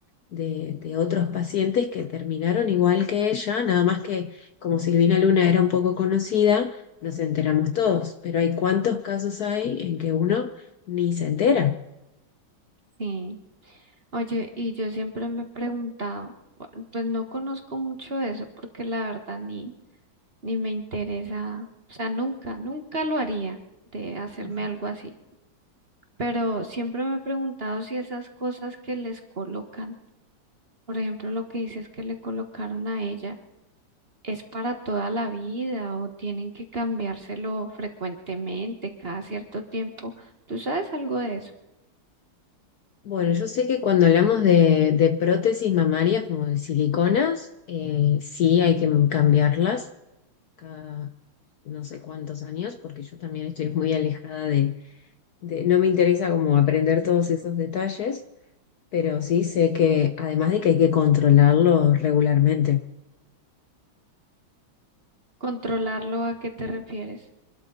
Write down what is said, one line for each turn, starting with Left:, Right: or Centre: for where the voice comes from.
Left: de, de otros pacientes que terminaron igual que ella, nada más que como Silvina Luna era un poco conocida, nos enteramos todos, pero hay cuántos casos hay en que uno ni se entera.
Right: Sí. Oye, y yo siempre me he preguntado, bu- pues no conozco mucho de eso porque la verdad ni, ni me interesa, o sea, nunca, nunca lo haría de hacerme
Left: Ujú.
Right: algo así. Pero siempre me he preguntado si esas cosas que les colocan, por ejemplo, lo que dices que le colocaron a ella. ¿Es para toda la vida o tienen que cambiárselo frecuentemente, cada cierto tiempo? ¿Tú sabes algo de eso?
Left: Bueno, yo sé que cuando hablamos de, de prótesis mamarias como de siliconas, eh, sí hay que cambiarlas cada no sé cuántos años, porque yo también estoy muy alejada de- no me interesa como aprender todos esos detalles, pero sí sé que además de que hay que controlarlo regularmente,
Right: ¿Controlarlo a qué te refieres?